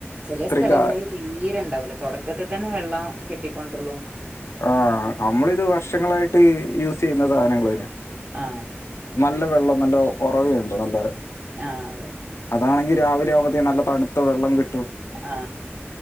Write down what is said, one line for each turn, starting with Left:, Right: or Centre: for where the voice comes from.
Right: ചില
Left: ഇത്രയും
Right: സ്ഥലങ്ങളില്
Left: കാ
Right: തീരെ ഉണ്ടാവൂല തുടക്കത്തിൽ തന്നെ വെള്ളം കെട്ടി കൊണ്ട്രോളും
Left: ആ നമ്മളിത് വർഷങ്ങളായിട്ട് യൂസ് ചെയ്യു ന്ന സാധനങ്ങൾ തന്നെ
Right: ആ
Left: നല്ല വെള്ളം നല്ല ഉറവേണ്ട് നല്ല
Right: ആഹ് അതെ
Left: അതാണെങ്കിൽ രാവിലെ ആവുമ്പത്തേ നല്ല തണുത്ത വെള്ളം കി
Right: ആ